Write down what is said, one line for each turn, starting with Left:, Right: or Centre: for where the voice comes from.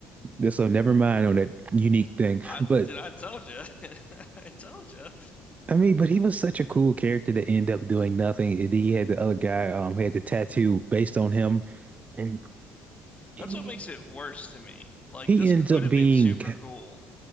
Right: This so never mind on that unique thing.
Left: I
Right: But
Left: did I told you. <laughs> I told you.
Right: I mean, but he was such a cool character to end up doing nothing. And then you had the other guy um had the tattoo based on him, and,
Left: That's
Right: and he
Left: what makes
Right: ends up
Left: it worse to me. Like
Right: he
Left: this
Right: ends
Left: could
Right: up
Left: have
Right: being
Left: been super cool.